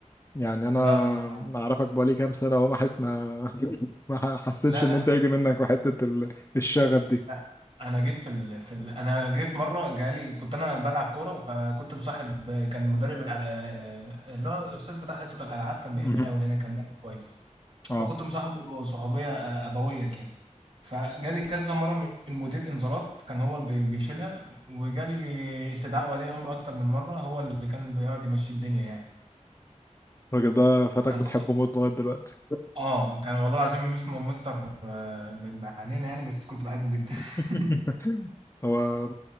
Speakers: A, on the left; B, on the right.
A: يعني انا
B: لا ما-
A: اعرفك بقالي كام سنه اهو ما احس ما <laughs> ما حسيتش
B: لا
A: ان
B: لا
A: انت يجي منك وحته ال- الشغف دي
B: لا انا جيت في ال... في ال... انا جيت في مره جالي كنت انا بلعب كوره فكنت مصاحب كان مدرب الع... اللي هو الاستاذ بتاع حصه الالعاب كان
A: مهم.
B: بيحبني قوي لان كان لاعب كويس
A: اه
B: فكنت مصاحبه صحوبيه آه، ابويه كده فجالي كذا مره من مدير انذارات كان هو بي- بيشيلها وجالي استدعاء ولي امر اكتر من مره هو اللي كان بيقعد يمشي الدنيا يعني
A: الراجل ده فاتك
B: انا
A: بتحبه
B: كنت
A: موت لغايه دلوقتي
B: اه كان والله العظيم اسمه مستر آه، من- علينا يعني بس كنت بحبه جدا
A: <laughs>
B: <laughs>
A: هو